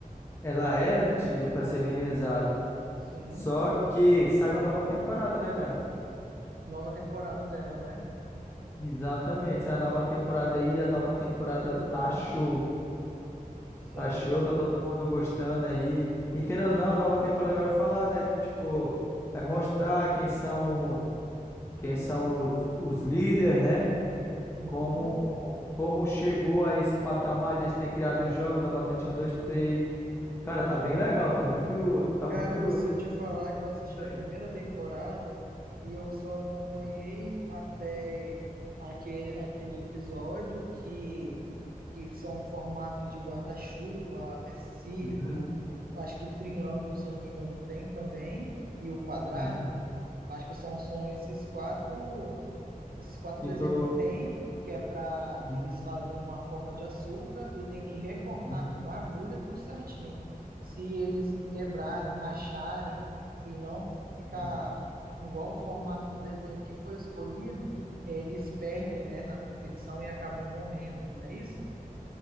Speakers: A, on the left; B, on the right.
A: Ela era antiga, pra ser bem exato.
B: sim.
A: Só que saiu a nova temporada, né, cara?
B: Nova temporada dela, né?
A: Exatamente. A nova temporada aí, a nova temporada tá show.
B: Sim,
A: Tá show, tá todo mundo gostando aí. E querendo ou não, a nova temporada agora vai falar, né? Tipo, vai mostrar quem são, quem são os, os líderes, né?
B: Uhum.
A: Como, como chegou a esse patamar de eles terem criado os jogos da Batatinha 1, 2, 3. Cara, tá bem legal, tá muito, tá
B: Cara,
A: muito
B: se eu te falar que eu assisti
A: diferente.
B: a primeira temporada e eu só acompanhei até aque- aquele, episódio que, que são formatos de guarda-chuva, é círculo,
A: Uhum,
B: acho que triângulo, se eu não me engano, tem também, e o quadrado.
A: uhum.
B: Acho que são, são esses quatro. esses quatro desenhos
A: E tô.
B: que tem, que é para
A: Uhum,
B: que eles fazem numa forma de açúcar e tem que recortar
A: uhum,
B: com uma agulha tudo certinho. Se eles quebrarem, racharem e não ficar
A: uhum,
B: igual o formato do desenho que foi escolhido, eles perdem, né, na competição e acabam morrendo,
A: uhum.
B: não é isso?